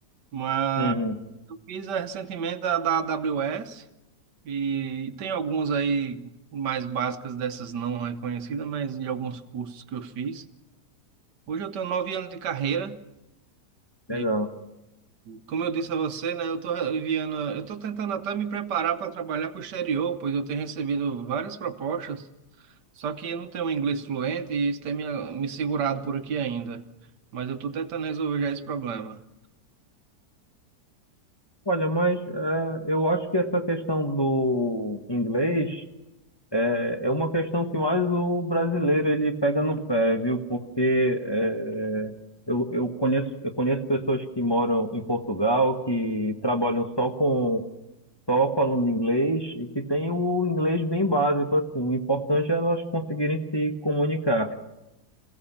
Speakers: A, on the right; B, on the left.
A: Mas
B: Uhum,
A: eu fiz eh, recentemente a da AWS e tem algumas aí mais básicas dessas não reconhecidas, mas de alguns cursos que eu fiz. Hoje eu tenho nove anos de carreira e,
B: legal.
A: como eu disse a você, né, eu estou enviando, eu estou tentando até me preparar para trabalhar para o exterior, pois eu tenho recebido várias propostas, só que eu não tenho um inglês fluente e isso tem me, me segurado por aqui ainda. Mas eu estou tentando resolver já esse problema.
B: Olha, mas é, eu acho que essa questão do inglês É, é uma questão que mais o brasileiro ele pega no pé, viu? Porque é, eu, eu conheço, eu conheço pessoas que moram em Portugal, que trabalham só com só falando inglês e que têm o inglês bem básico, assim. O importante é elas conseguirem se comunicar.